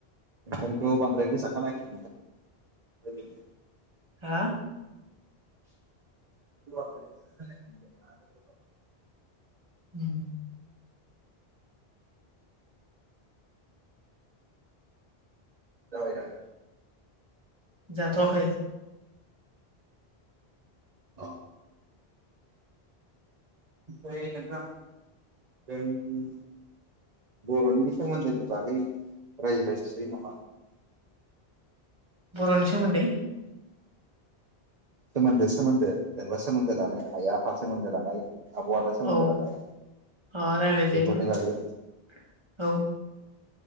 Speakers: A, on the right; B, on the right.
A: नोंथांनिखौ बांद्राय गोसा खोनायाखै <unintelligible>
B: हा
A: <inaudible>
B: ओम
A: जाबाय दा
B: जाथ'वाखै
A: औ ओमफ्राय नोंथां जोंनि बर'नि सोमोन्दैनि बागै रायज्लायनोसै नामा
B: बर'नि सोमोन्दै
A: सोमोन्दो सोमोन्दो जेनोबा सोमोन्दो लानाय आइ आ फा सोमोन्दो लानाय आब' आदा सोमोन्दो
B: औ
A: लानाय
B: अ रायलाय
A: बेफोरनि
B: जायो
A: बागै
B: औ